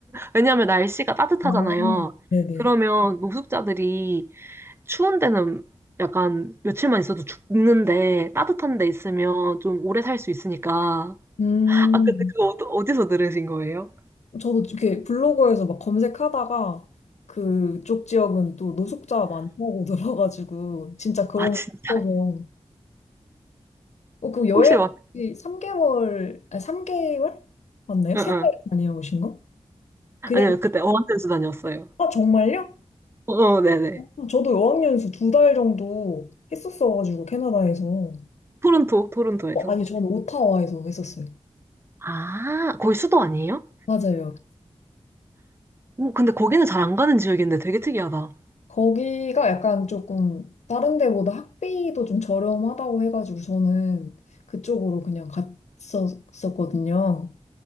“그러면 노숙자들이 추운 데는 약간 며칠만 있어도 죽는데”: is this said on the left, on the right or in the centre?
Right